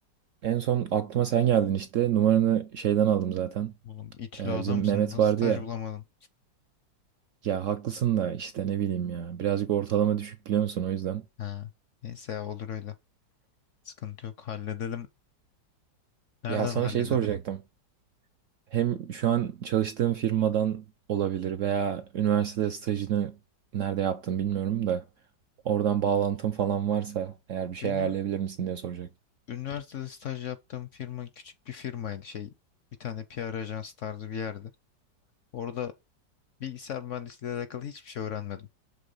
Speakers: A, on the right; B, on the left.
A: En son aklıma sen geldin işte. Numaranı şeyden aldım zaten.
B: Oğlum itili
A: E,
B: adamsın
A: bizim Mehmet
B: nasıl
A: vardı
B: staj
A: ya.
B: bulamadın?
A: Ya haklısın da işte ne bileyim ya. Birazcık ortalama düşük biliyor musun o yüzden.
B: Ha. Neyse ya, olur öyle. Sıkıntı yok halledelim. Nereden
A: Ya sana
B: halledelim?
A: şey soracaktım. Hem şu an çalıştığım firmadan olabilir veya üniversitede stajını nerede yaptım bilmiyorum da oradan bağlantım falan varsa eğer bir şey
B: Benim
A: ayarlayabilir misin diye soracak.
B: üniversitede staj yaptığım firma küçük bir firmaydı şey bir tane PR ajansı tarzı bir yerdi. Orada bilgisayar mühendisliğiyle alakalı hiçbir şey öğrenmedim.